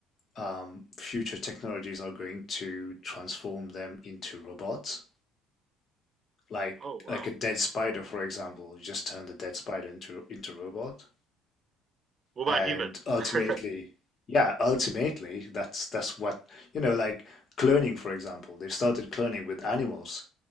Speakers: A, on the left; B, on the right.
A: um, future technologies are going to transform them into robots. Like
B: Oh wow.
A: like a dead spider, for example, you just turn the dead spider into into a robot,
B: What about
A: and
B: human?
A: ultimately,
B: <laughs>
A: yeah, ultimately, that's that's what you know, like cloning, for example, they've started cloning with animals.